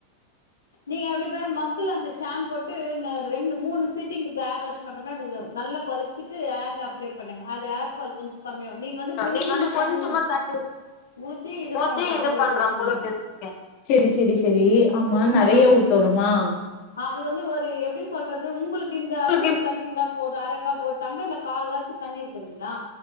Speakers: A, on the left; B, on the left.
A: நீங்க அப்டி பண்ல மக்குல அந்த ஷாம்பு போட் ட்டு நா ரெண்டு மூணு சீட்டிங் இப்ப ஹார் வாஷ் பண்ற மாருக்கு நல்லா கொலச்சிட்டு ஹேர்ல அப்ளை பண்ணுங்க அது ஹேர் ஃபால் கொஞ் ச கமியாவு நீங்க வந்து கொஞ்சமா
B: நீங்க வந்து கொஞ்சமா
A: தண்ணி
B: தண்ணி
A: ஊத்தி இது
B: ஊத்தி
A: பண்ற
B: இது
A: போல
B: பண்றா
A: பெசைங்க
B: போல பேசுறீங்க செரி செரி செரி ஆமா
A: செரிங்ளா
B: நெறைய ஊத்தணுமா
A: அது வந்து ஒரு எப்டி சொல்றது உங்களுக்கு இந்த அளவுக்கு
B: உங்களுக்கு
A: தண்ணி இர்ந்தா போது அரகப் ஒரு டம்ளர்ல கால் வாச்சி தண்ணி எடுக்குறிங்ளா